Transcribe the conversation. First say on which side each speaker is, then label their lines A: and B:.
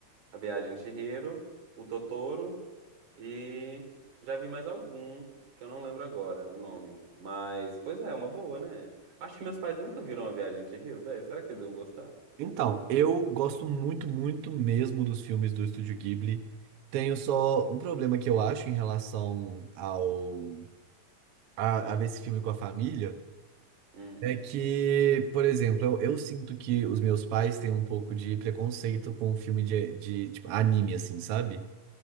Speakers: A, on the right; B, on the right.
A: A Viagem de Chihiro, o Totoro e já vi mais algum, que eu não lembro agora o nome. Mas, pois é, é uma boa, né? Acho que meus pais nunca viram A Viagem de Chihiro, velho. Será que eles vão gostar?
B: Então, eu gosto muito, muito mesmo dos filmes do Estúdio Ghibli. Tenho só um problema que eu acho em relação ao a, a ver esse filme com a família.
A: Hum.
B: É que, por exemplo, eu, eu sinto que os meus pais têm um pouco de preconceito com filme de, de tipo, anime, assim, sabe?